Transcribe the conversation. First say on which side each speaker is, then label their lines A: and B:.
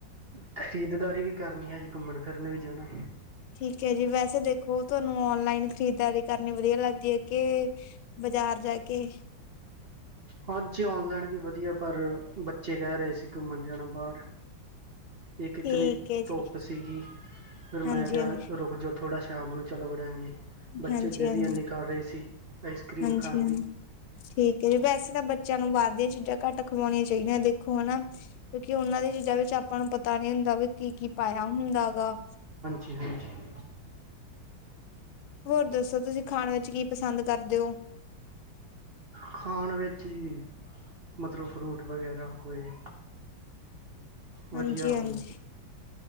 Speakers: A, on the right; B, on the left.
A: ਖਰੀਦਦਾਰੀ ਵੀ ਕਰਨੀ ਐ ਜੀ ਘੁੰਮਣ ਫਿਰਨ ਵੀ ਜਾਣਾ
B: ਠੀਕ ਐ ਜੀ ਵੈਸੇ ਦੇਖੋ ਤੁਹਾਨੂੰ ਔਨਲਾਈਨ ਖਰੀਦਦਾਰੀ ਕਰਨੀ ਵਧੀਆ ਲੱਗਦੀ ਐ ਕੇ ਬਜ਼ਾਰ ਜਾ ਕੇ
A: ਹਾਂਜੀ ਔਨਲਾਈਨ ਵੀ ਵਧੀਆ ਪਰ ਬੱਚੇ ਕਹਿ ਰਹੇ ਸੀ ਘੁੰਮਣ ਜਾਣਾ ਬਾਹਰ ਏਕ
B: ਠੀਕ
A: ਇਤਨੀ
B: ਹੈ
A: ਧੁੱਪ
B: ਜੀ
A: ਸੀਗੀ ਫਿਰ ਮੈਂ
B: ਹਾਂਜੀ
A: ਕਿਹਾ
B: ਹਾਂਜੀ
A: ਰੁਕ ਜੋ ਥੋੜ੍ਹਾ ਸ਼ਾਮ ਨੂੰ ਚਲੋ ਜਾਗੇ ਬੱਚੇ
B: ਹਾਂਜੀ
A: ਜਿੰਦ
B: ਹਾਂਜੀ
A: ਹੀ ਐਨੀ ਕਰ ਰਹੇ ਸੀ ਆਈਸਕਰ੍ਰੀਮ
B: ਹਾਂਜੀ
A: ਖਾਣ
B: ਹਾਂਜੀ
A: ਦੀ
B: ਠੀਕ ਐ ਜੀ ਵੈਸੇ ਤਾਂ ਬੱਚਿਆਂ ਨੂੰ ਬਾਹਰ ਦੀਆਂ ਚੀਜ਼ਾਂ ਘੱਟ ਖਵਾਣੀਆਂ ਚਾਹੀਦੀਆਂ ਦੇਖੋ ਹਨਾ ਕਿਓਂਕਿ ਓਨਾਂ ਦੀ ਚੀਜ਼ਾਂ ਵਿੱਚ ਆ ਆਪਾਂ ਨੂੰ ਪਤਾ ਨੀ ਹੁੰਦਾ ਵੀ ਕੀ-ਕੀ ਪਾਗਆ ਹੁੰਦਾ ਗਾ।
A: ਜੀ ਹਾਂਜੀ।
B: ਹੋਰ ਦੱਸੋ, ਤੁਸੀਂ ਖਾਨ ਵਿੱਚ ਕੀ ਪਸੰਦ ਕਰਦੇ ਓ?
A: ਖਾਣ ਵਿੱਚ ਜੀ। ਮਤਲਬ ਫਰੂਟ ਵਗੈਰਾ ਹੋਏ, ਵਦੀਆ
B: ਹਾਂਜੀ-ਹਾਂਜੀ
A: ਹੋਵੇ।